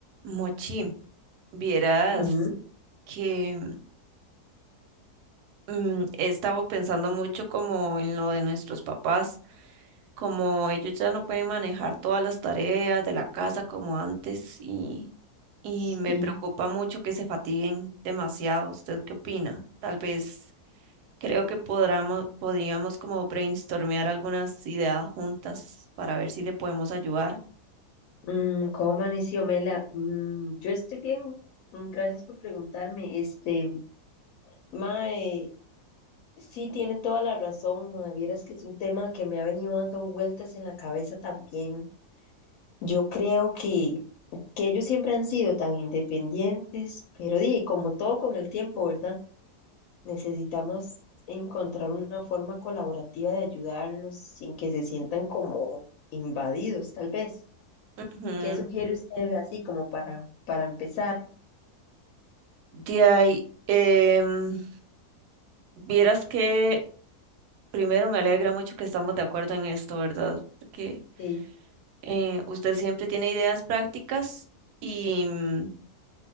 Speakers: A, on the right (about 80°); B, on the left (about 65°).
A: Mochi, vieras
B: Mm,
A: que mm, he estado pensando mucho como en lo de nuestros papás, como ellos ya no pueden manejar todas las tareas de la casa como antes y, y
B: sí.
A: me preocupa mucho que se fatiguen demasiado. ¿Usted qué opina? Tal vez creo que podríamos, podríamos como brainstormear algunas ideas juntas para ver si le podemos ayudar.
B: Mm, ¿cómo amaneció Mela? Mm, yo estoy bien. Mm, gracias por preguntarme. Este, mae, sí tiene toda la razón, mae. Vieras que es un tema que me ha venido dando vueltas en la cabeza también. Yo creo que, que ellos siempre han sido tan independientes, pero di, como todo con el tiempo, ¿verdad? Necesitamos encontrar una forma colaborativa de ayudarlos sin que se sientan como invadidos, tal vez.
A: Ujú.
B: ¿Qué sugiere usted así como para, para empezar?
A: De ahí, em, vieras que Primero, me alegra mucho que estamos de acuerdo en esto, ¿verdad? Porque
B: Sí.
A: eh, usted siempre tiene ideas prácticas y, mm,